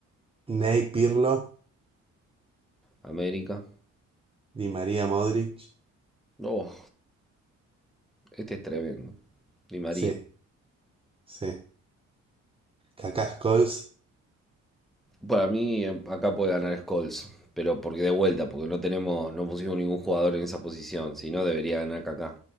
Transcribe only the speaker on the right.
Ney Pirlo,
Di María Modric.
Sí, sí. Kaká Scholes.